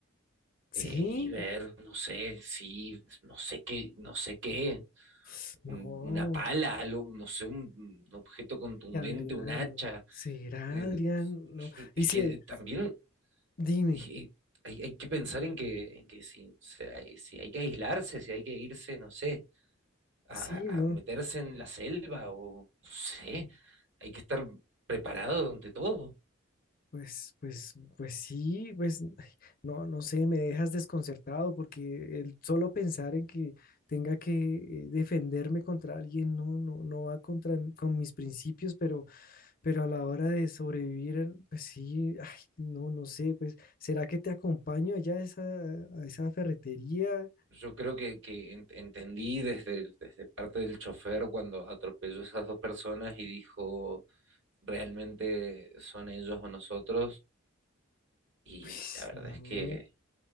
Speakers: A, on the left (about 45°); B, on the right (about 60°).
A: sí,
B: eh, y ver, no sé, si, no sé qué, no sé qué,
A: <sniffs> no,
B: un- una pala, algo, no sé, un, un objeto contundente,
A: Y Adrián,
B: un hacha.
A: no. ¿Será
B: eh,
A: Adrián? No.
B: yo-
A: Y
B: es
A: si,
B: que también
A: dime,
B: eh, hay, hay que pensar en que, en que si, se- si hay que aislarse, si hay que irse, no sé a,
A: sí, ¿no?
B: a meterse en la selva o no sé, hay que estar preparado ante todo.
A: Pues, pues, pues sí, pues, ay, no, no sé, me dejas desconcertado porque el solo pensar en que tenga que eh, defenderme contra alguien, no, no, no va contra m- con mis principios, pero, pero a la hora de sobrevivir, pues sí, ay, no, no sé, pues, ¿será que te acompaño allá a esa, a esa ferretería?
B: Yo creo que, que ent- entendí desde, desde parte del chofer cuando atropelló a esas dos personas y dijo, ¿realmente son ellos o nosotros? Y
A: Pues,
B: la verdad
A: no,
B: es que,